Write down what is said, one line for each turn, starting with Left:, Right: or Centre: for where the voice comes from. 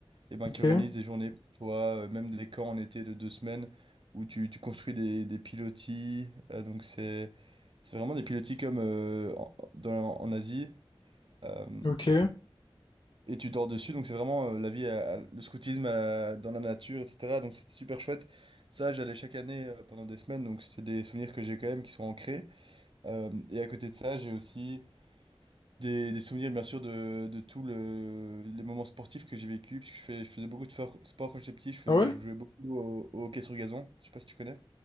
Right: et ben,
Left: Ok,
Right: qui organisent des journées pour toi, euh, même des camps en été de deux semaines où tu, tu construis des, des pilotis. euh, donc c'est, c'est vraiment des pilotis comme euh, en, dans- en Asie euh,
Left: ok.
Right: et tu dors dessus. Donc c'est vraiment euh, la vie, à- à- le scoutisme à- dans la nature, etc. Donc c'est super chouette. Ça, j'allais chaque année euh, pendant des semaines, donc c'est des souvenirs que j'ai quand même qui sont ancrés. Euh, et à côté de ça, j'ai aussi des, des souvenirs, bien sûr, de, de tous le- les moments sportifs que j'ai vécu, puisque je fais, je faisais beaucoup de for- sport quand j'étais petit, je, fais-
Left: Ah ouais?
Right: je jouais beaucoup au, au hockey sur gazon, je sais pas si tu connais.